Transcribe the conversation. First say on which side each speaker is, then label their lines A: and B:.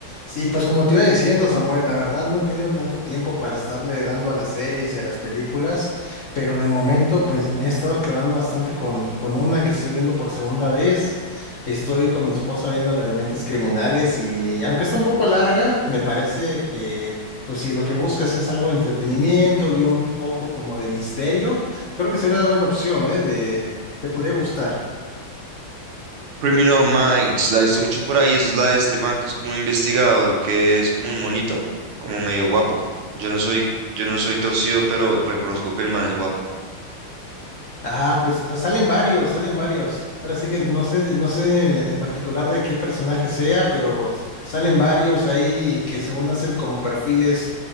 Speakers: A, on the left; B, on the right.
A: Sí, pues como te iba diciendo, Samuel, la verdad no he tenido tanto tiempo para estarle dando a las series y a las películas, pero de momento pues me he estado clavando bastante con, con una que estoy viendo por segunda vez. Estoy con mi esposa viendo la de Mentes Criminales y aunque está un poco larga, me parece que pues si lo que buscas es algo de entretenimiento y un poco como de misterio, creo que sería una buena opción, ¿eh? De, te podría gustar.
B: Criminal Minds, la he visto mucho por ahí. Esa es la de este man que es como un investigador, que es como un monito, como medio guapo. Yo no soy, yo no soy torcido, pero reconozco que el man es guapo.
A: Ah, pues, pues salen varios, salen varios. Ahora sí que no sé, no sé en particular de qué personaje sea, pero s- salen varios ahí que según hacen como perfiles